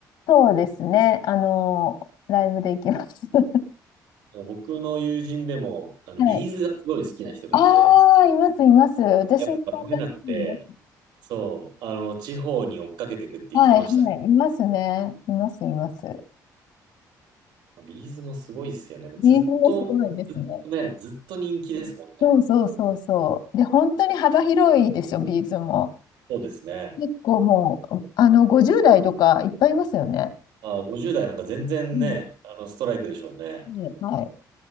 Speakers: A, on the left; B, on the right.
A: そうですね。あの、ライブで行きます。<laughs>
B: 僕の友人でも、あの、
A: はい。
B: ビーズがすごい好きな人がいて、
A: ああ、います、います。私の友達にも。
B: やっぱ撮れなくて、そう、あの、地方に追っかけてくって言ってました。
A: はい、はい。いますね。います、います。
B: ビーズもすごいっすよね。もうずっと、
A: リーズもすごいですね。
B: ずっとね、ずっと人気ですもんね。
A: そうそうそうそう。で、本当に幅広いですよ、ビーズも。
B: そうですね。
A: 結構もう、あの、50代とかいっぱいいますよね。
B: あ、50代なんか全然ね、
A: うん。
B: あの、ストライクでしょうね。
A: ねはい。